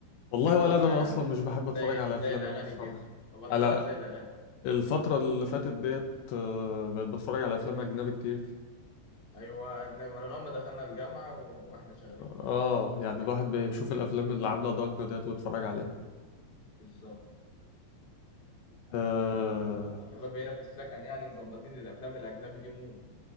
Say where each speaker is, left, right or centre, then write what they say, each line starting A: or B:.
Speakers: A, on the left (about 75°); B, on the left (about 20°).
A: والله
B: مبطلها
A: ولا انا انا
B: يعني
A: اصلا مش بحب اتفرج
B: زي
A: على افلام
B: زي الأغاني
A: قوي الصراحه
B: كده مبطلها
A: على
B: زي الأغاني
A: الفترة اللي فاتت ديت آه، بقيت بتفرج على أفلام أجنبي كتير
B: أيوة أجنبي من أول ما دخلنا الجامعة وإحنا شغالين
A: اه
B: في الأجنبي
A: يعني الواحد بيشوف الأفلام اللي عاملة ضجة ديت ويتفرج عليها
B: بالظبط عادة
A: آه
B: الشباب هنا في السكن يعني مظبطين الأفلام الأجنبي دي مو